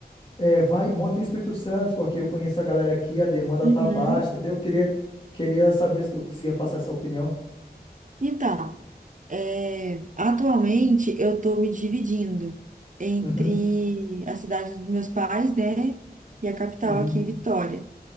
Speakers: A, on the left; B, on the right.
A: é, vai, monta em Espírito Santo, porque eu conheço a galera aqui, a demanda
B: Uhum.
A: tá baixa, entendeu? Eu queria, queria saber se tu conseguia me passar essa opinião.
B: Então, é, atualmente eu tô me dividindo entre
A: Uhum,
B: a cidade dos meus pais, né? E a capital
A: uhum,
B: aqui, Vitória.